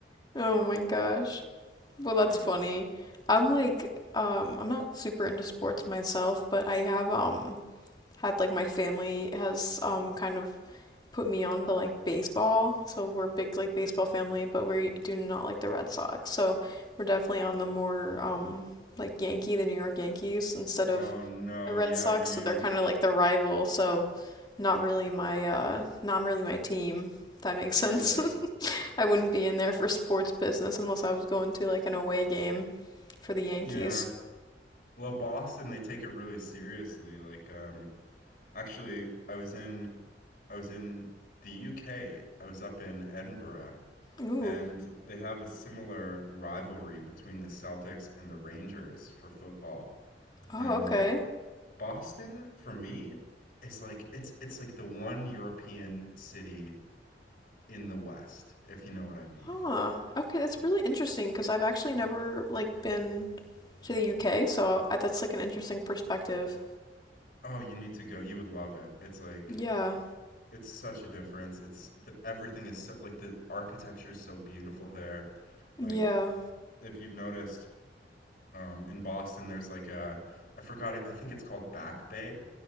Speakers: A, on the left; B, on the left.
A: Oh
B: but,
A: my gosh. Well, that's
B: you
A: funny.
B: know.
A: I'm like, um, I'm not super into sports myself, but I have um had like my family has um kind of put me on to like baseball. So we're a big like baseball family, but we do not like the Red Sox. So we're definitely on the more um like Yankee, the New York Yankees instead
B: Oh
A: of
B: no,
A: the Red
B: yeah,
A: Sox.
B: you,
A: So they're kind of like the rival. So not really my uh not really my team. If that makes
B: yeah,
A: sense. <laughs> I wouldn't be in there for sports business unless I was going to like an away game for the Yankees.
B: yeah. Well, Boston, they take it really seriously. Like, um, actually, I was in I was in the UK. I was up in Edinburgh,
A: Ooh.
B: and they have a similar rivalry between the Celtics and the Rangers for football.
A: Oh,
B: And
A: okay.
B: Boston, for me, is like it's it's like the one European city in the West, if you know what I mean.
A: Huh. Okay, that's
B: But-
A: really interesting because I've actually never like been to the UK, so I, that's like an interesting perspective.
B: Oh, you need to go. You would love it. It's like
A: Yeah.
B: It's such a difference. It's the, everything is so like the architecture is so beautiful there.
A: Yeah.
B: Like if you've noticed, um, in Boston, there's like a I forgot it, I think it's called Back Bay,